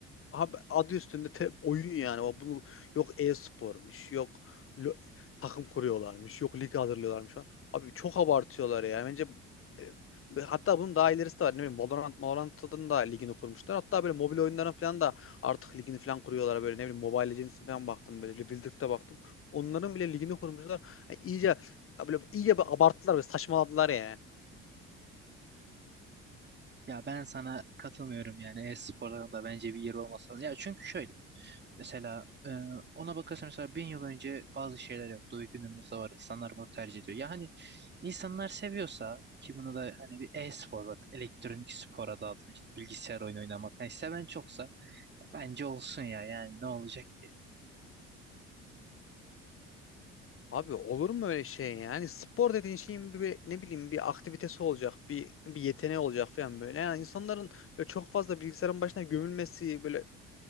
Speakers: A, on the left (about 40°); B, on the right (about 30°).
A: abi adı üstünde te- oyun yani. Bak Bunu yok e-spormuş, yok lo- takım kuruyorlarmış, yok lig hazırlıyorlarmış falan. Abi çok abartıyorlar ya. Bence e, ve hatta bunun daha ilerisi de var. Ne bileyim Valorant, Valorant'ın da ligini kurmuşlar. Hatta böyle mobil oyunların falan da artık ligini falan kuruyorlar böyle ne bileyim Mobile Legends'in falan baktım böyle Rebuild'e baktım. Onların bile ligini kurmuşlar. Yani iyice böyle iyice bir abarttılar ve saçmaladılar yani.
B: Ya ben sana katılmıyorum yani e-sporların da bence bir yeri olmasa. Ya çünkü şöyle mesela e, ona bakarsan mesela bin yıl önce bazı şeyler yoktu ve günümüzde var. İnsanlar bunu tercih ediyor. Ya hani insanlar seviyorsa ki bunu da hani bir e-spor zaten elektronik spor adı altında işte bilgisayar oyunu oynamak. Hani seven çoksa ya bence olsun ya yani ne olacak ki?
A: Abi olur mu öyle şey yani spor dediğin şeyin bir bir- ne bileyim bir aktivitesi olacak bir bir yeteneği olacak falan böyle yani insanların böyle çok fazla bilgisayarın başına gömülmesi böyle